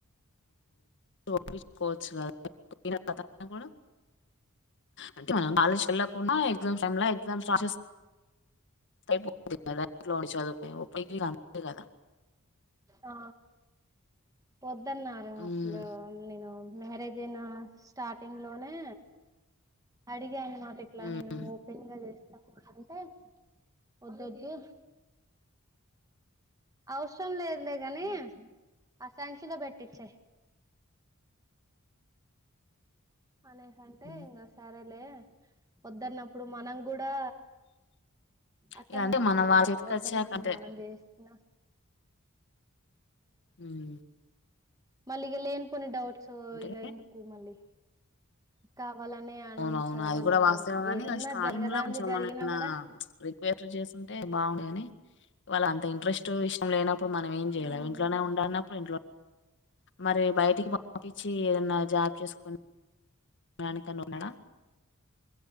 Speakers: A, on the left; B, on the right.
A: ఒప్పించుకోవచ్చు కదా అంటే మనం కాలేజీకి వెళ్లకుండా ఎగ్జామ్స్ టైం లో ఎగ్జామ్స్ రాసేసి అయిపోతది కదా ఇంట్లో ఉండి చదువుకో అంతే కదా
B: ఆ వద్దన్నారు అసలు
A: ఉమ్
B: నేను మ్యారేజ్ అయినా స్టార్టింగ్ లోనే అడిగాను మాట ఇట్లా
A: ఉమ్
B: నేను ఓపెన్ గా చేస్తా అంటే వద్దు వద్దు అవసరం లేదులే కానీ ఆసంచిలో పెట్టించ అనీ అంటే
A: ఉమ్.
B: ఇంగా సరేలే వద్దన్నప్పుడు మనం కూడా అతను
A: ఇక అంటే మన
B: ఇగా
A: వాళ్ళ చేతికి
B: వద్దన్నప్పుడు
A: వచ్చాక అంటే
B: మనం చేసిన
A: హామ్
B: మళ్లీ ఇగ లేని పోని డౌట్స్
A: అంటే
B: ఇగ ఎందుకు మళ్ళీ కావాలనే అన్
A: అవున అవునా
B: చదవాలనుకుంటుంది
A: అది కూడా వాస్తవమే కానీ
B: ఏదన్నా
A: స్టార్టింగ్
B: జరగరాంది
A: లో కొంచెం
B: జరిగినా
A: మనమేమన్నా
B: కూడా
A: రిక్వెస్ట్ చే బాగుండుగని వాళ్ళ అంత ఇంట్రెస్ట్ విషయం లేనప్పుడు మనం ఏం చేయలేం
B: మ్మ్
A: ఇంట్లోనే ఉండాన్నప్పుడు ఇంట్లో మరి బయటికి పంపించి ఏదన్న జాబ్ చేసుకుని వెళ్లకని ఉన్నాడా